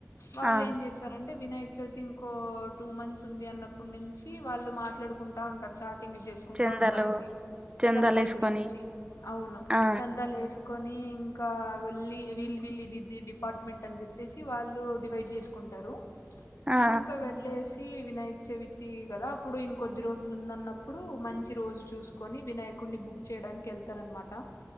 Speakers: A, on the left (about 85°); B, on the right (about 20°).
A: వాళ్ళు
B: ఆ
A: ఏం చేస్తారంటే వినాయక చవితి ఇంకో టూ మంత్స్ ఉంటుంది అన్నప్పటి నుంచి వాళ్ళు మాట్లాడుకుంటా ఉంటారు చాట్ టింగ్ చేసుకుంటా
B: చందాలు
A: ఉంటారండి
B: చందాలు
A: చందాల్
B: వేసుకొని
A: గురించి అవును
B: ఆ
A: చందాల్ వేసు కొని ఇంకా వళ్ళీ వీళ్ళు వీళ్ళు ఇది ఇది డిపార్ట్మెంట్ అని చెప్పేసి వాళ్ళు డివైడ్ చేసుకుంటారు
B: ఆ
A: ఇంక వెళ్ళేసి వినాయకచవితి కదా అప్పుడు ఇంకొద్ది రోజులు ఉందన్నప్పుడు మంచి రోజు చూసుకొని వినాయకుడిని బుక్ చేయడానికి ఎళ్తారన్నమాట